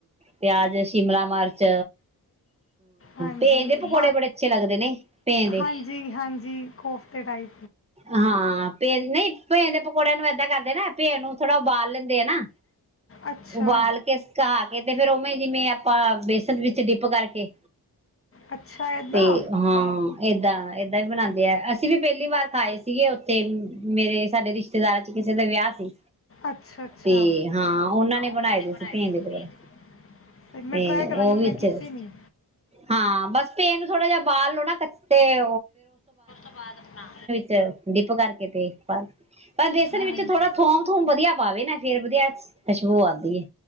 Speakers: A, on the right; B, on the left.
A: ਪਿਆਜ ਸ਼ਿਮਲਾ ਮਿਰਚ
B: <unintelligible>
A: ਭੇਜ ਦੇ ਪਕੌੜੇ ਬੜੇ ਅੱਛੇ ਲੱਗਦੇ ਨੇ ਭੇਜ ਦੇ।
B: ਪਈ
A: ਹਾਂ ਭੇ ਨਹੀਂ ਭੇ ਦੇ ਪਕੌੜਿਆਂ ਨੂੰ ਏਦਾਂ ਕਰਦੇ ਨਾ ਭੇ ਨੂੰ ਥੋੜਾ ਉਬਾਲ ਲੈਂਦੇ ਆ ਨਾ
B: ਅੱਛਾ
A: ਉਬਾਲ ਕੇ ਸੁਕਾ ਕੇ ਤੇ ਫੇਿਰ ਉਵੇਂ ਜਿਵੇਂ ਆਪਾਂ ਬੇਸਨ ਵਿੱਚ ਡਿਪ ਕਰਕੇ
B: ਅੱਛਾ ਏਦਾਂ
A: ਤੇ ਹਾਂ ਏਦਾਂ ਏਦਾਂ ਵੀ ਬਣਾਉਦੇ ਆ ਅਸੀਂ ਵੀ ਪਹਿਲੀ ਵਾਰ ਆਏ ਸੀਗੇ ਉੱਥੇ ਮੇਰੇ ਸਾਡੇ ਰਿਸ਼ਤੇਦਾਰਾਂ ਚ ਕਿਸੇ ਦਾ ਵਿਆਹ ਸੀ
B: ਅਛਾ ਅਛਾ
A: ਤੇ ਹਾਂ ਨੇ ਬਣਾਏ
B: ਉਹਨਾਂ
A: ਦੇ ਸੀ
B: ਬਣਿਆ
A: ਭੇਜ ਦੇ ਪਕੌੜੇ।
B: ਸੀ
A: ਤੇ
B: ਮੈਂ ਟਰਾਈ
A: ਉਹ
B: ਕਰਗੀ
A: ਵੀ
B: ਬਸ
A: ਅੱਛੇ
B: ਤੇਲ
A: ਹਾਂ ਬਸ ਪੇ ਨੂੰ ਥੋੜਾ ਜਿਹਾ ਬਾਲ ਲੋ ਨਾ ਤੇ
B: ਪਾ
A: ਡਿੱਪ ਕਰਕੇ ਤੇ ਪਰ ਬੇਸਣ
B: ਹਾਂਜੀ।
A: ਵਿੱਚ ਥੋੜਾ ਥੋਮ ਥੋਮ ਵਧੀਆ ਪਾਵੇ ਨਾ ਫੇਰ ਵਧੀਆ ਖੁਸ਼ਬੂ ਆਉਂਦੀ ਹੈ